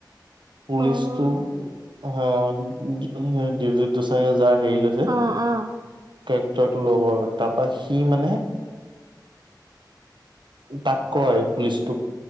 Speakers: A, on the right (about 80°); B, on the right (about 55°).
A: পুলিচটো
B: অ',
A: অ দিলজিত দোচাঙে যাৰ হেৰি লৈছে
B: অ অ,
A: কেৰেক্টাৰটো ল'ব আৰু তাৰপা সি মানে। তাক কয় পুলিচটোক,